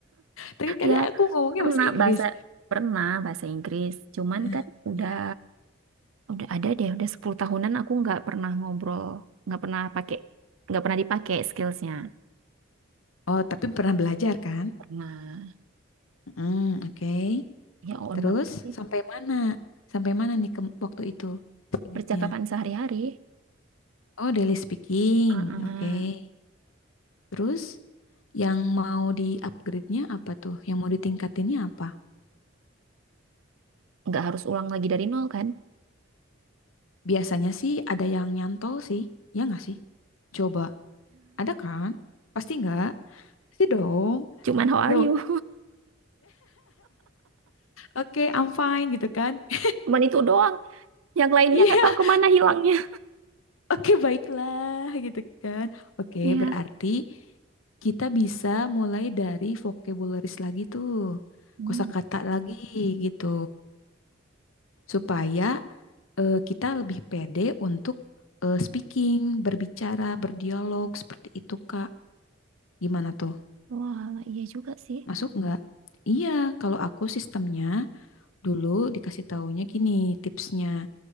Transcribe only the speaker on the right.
Ya,
pernah
bahasa pernah bahasa Inggris. Cuman
kan udah
udah ada deh, udah 10 tahunan aku nggak pernah ngobrol, nggak pernah pakai, nggak pernah dipakai skillsnya.
Pernah.
Ya on
banget sih.
Percakapan sehari-hari.
Ah,
nggak harus ulang lagi dari nol kan?
Cuman how are
you?
<laughs> Cuman itu doang. Yang lainnya
nggak tahu kemana hilangnya.
Iya.
Hmm.
Wah, iya juga sih.